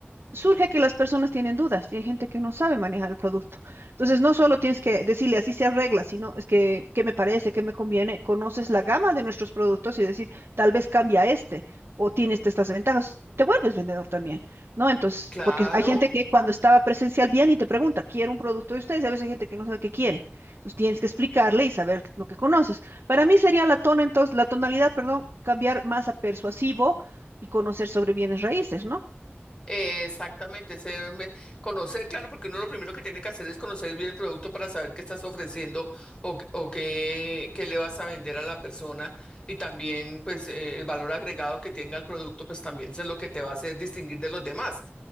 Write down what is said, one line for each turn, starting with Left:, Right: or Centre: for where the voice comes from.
Right: surge que las personas tienen dudas y hay gente que no sabe manejar el producto. Entonces, no solo tienes que decirle así se arregla, sino es que, ¿qué me parece? ¿Qué me conviene? Conoces la gama de nuestros productos y decir, tal vez cambia este o tiene este- estas ventajas. Te vuelves vendedor también, ¿no? Entonces,
Left: claro.
Right: porque hay gente que cuando estaba presencial viene y te pregunta, quiero un producto de ustedes, y a veces hay gente que no sabe qué quiere. Entonces, tienes que explicarle y saber lo que conoces. Para mí sería la tona, entonces, la tonalidad, perdón, cambiar más a persuasivo y conocer sobre bienes raíces, ¿no?
Left: Eh, Exactamente, se me- conocer, claro, porque uno lo primero que tiene que hacer es conocer bien el producto para saber qué estás ofreciendo o, qué- o qué, qué le vas a vender a la persona y también pues eh, el valor agregado que tenga el producto pues también eso es lo que te va a hacer distinguir de los demás.